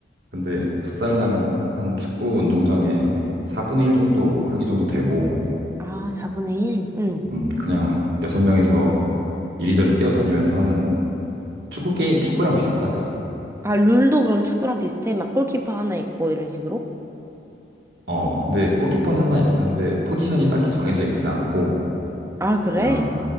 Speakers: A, on the right; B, on the right.
A: 근데 풋살장은 한 축구 운동장의 4분의 1 정도 크기 정도 되고,
B: 아, 4분의 1? 응.
A: 음, 그냥 여섯 명이서 이리저리 뛰어다니면서 하는 축구 게 축구랑 비슷하지.
B: 아, 룰도 그럼 축구랑 비슷해? 막 골키퍼 하나 있고 이런 식으로?
A: 어, 근데 골키퍼는 하나 있긴 한데 포지션이 딱히 정해져 있진 않고
B: 아, 그래?
A: 그냥